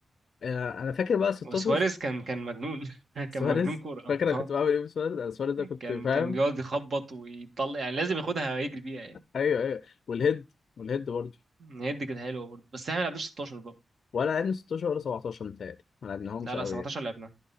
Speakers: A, on the left; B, on the right.
A: آه، انا فاكر بقى 16
B: وسواريز كان كان مجنون <laughs>
A: سواريز
B: كان مجنون كوره
A: فاكر انا
B: اه
A: كنت بعمل ايه بسواريز أنا سواريز ده كنت
B: كان
A: فاهم
B: كان بيقعد يخبط ويطلع يعني لازم ياخدها يجري بيها يعني
A: ايوه ايوه والهيد والهيد برضه
B: هي دي كانت حلوه برضه بس احنا ما لعبناش 16 بقى
A: ولا لعبنا 16 ولا 17 متهيألي ما لعبناهمش
B: لا
A: قوي
B: لا 17
A: يعني
B: لعبناها